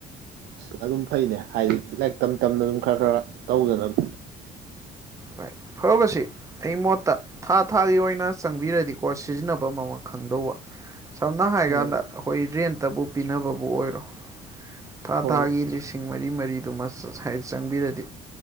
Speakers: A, on the right; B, on the right.
A: ꯑꯁ ꯑꯗꯨꯝ ꯐꯩꯅꯦ ꯍꯥꯏꯗꯤ ꯂꯥꯏꯔꯤꯛ ꯇꯝ ꯇꯝꯅ ꯑꯗꯨꯝ ꯈꯔꯥ ꯈꯔꯥ ꯇꯧꯖꯥ ꯅꯥꯕ
B: ꯍꯣꯏ ꯐꯥꯕꯁꯤ ꯑꯩ ꯃꯣꯠꯇ ꯊꯥ ꯊꯥꯒꯤ ꯑꯣꯏꯅ ꯆꯪꯕꯤꯔꯗꯤꯀꯣ ꯁꯤꯖꯤꯟꯅꯕ ꯑꯃꯥ ꯈꯪꯗꯧꯕ ꯀꯩꯅ‌ꯣ ꯍꯥꯏ
A: ꯎꯝ
B: ꯀꯥꯟꯗ ꯑꯩꯈꯣꯏ ꯔꯦꯟꯇꯕꯨ ꯄꯤꯅꯕꯕꯨ ꯑꯣꯏꯔꯣ ꯊꯥ
A: ꯍꯣꯏꯅꯦ
B: ꯊꯥꯒꯤ ꯂꯤꯁꯤꯡ ꯃꯔꯤ ꯃꯔꯤꯗꯨꯃ ꯆꯪꯕꯤꯔꯗꯤ